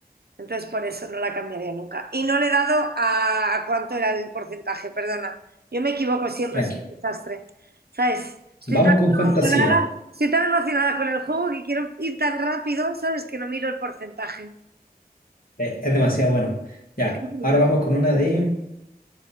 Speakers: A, on the right; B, on the left.
A: Entonces por eso no la cambiaría nunca. Y no le he dado a, cuánto era el porcentaje, perdona. Yo me equivoco siempre,
B: Tranqui.
A: soy un desastre. ¿Sabes? Estoy
B: Vamos
A: tan
B: con fantasía.
A: emocionada, estoy tan emocionada con el juego que quiero ir tan rápido, ¿sabes? Que no miro el porcentaje.
B: Eh, Es demasiado bueno. Ya,
A: Es que- bueno,
B: ahora vamos con una de,